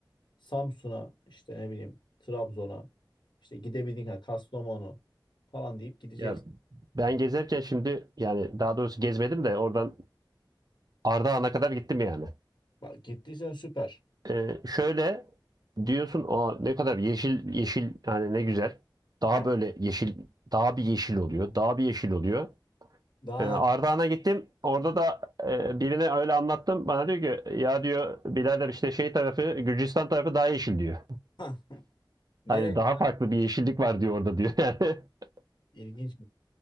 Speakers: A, on the left; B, on the right.
A: Samsun'a, işte ne bileyim, Trabzon'a, işte gidebildiğin kadar Kastamonu falan deyip gideceksin.
B: Ya ben gezerken şimdi yani daha doğrusu gezmedim de oradan Ardahan'a kadar gittim yani.
A: Bak gittiysen süper.
B: E, şöyle diyorsun o ne kadar yeşil yeşil hani ne güzel. Daha
A: Yani
B: böyle yeşil daha bir yeşil oluyor. Daha bir yeşil oluyor.
A: daha
B: Ee, Ardahan'a gittim. Orada da e, birine öyle anlattım. Bana diyor ki ya diyor birader işte şey tarafı Gürcistan tarafı daha yeşil diyor.
A: ne- <laughs>
B: Hani
A: Nereye?
B: daha farklı bir yeşillik var diyor orada diyor yani. <laughs>
A: İlginç.